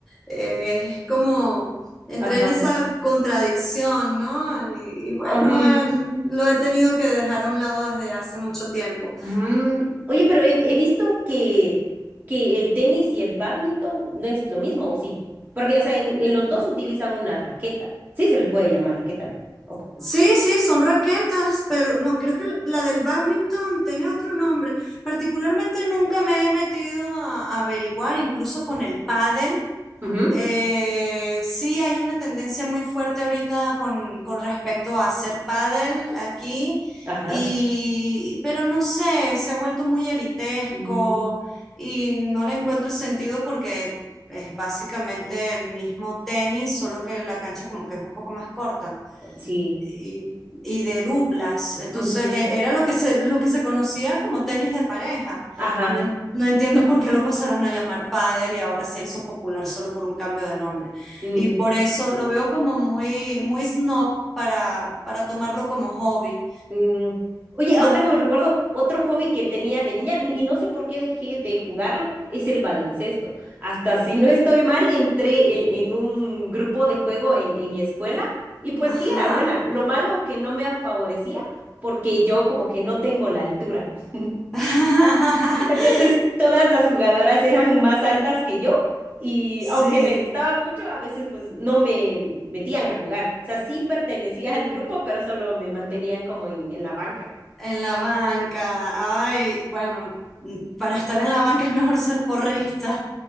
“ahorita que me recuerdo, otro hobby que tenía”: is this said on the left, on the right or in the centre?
Right